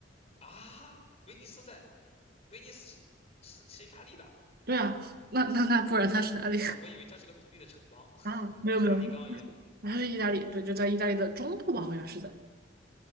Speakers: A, on the left; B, on the right.
A: 啊，威尼斯在威尼斯是是意大利的
B: 对啊，那那那不然他是哪里
A: 啊，
B: <laughs>
A: 我以为它是个独立的城邦，<laughs>
B: 啊？没有没有，
A: 跟梵蒂冈一样。
B: 他是意大利，对，就在意大利的中部吧，好像是在。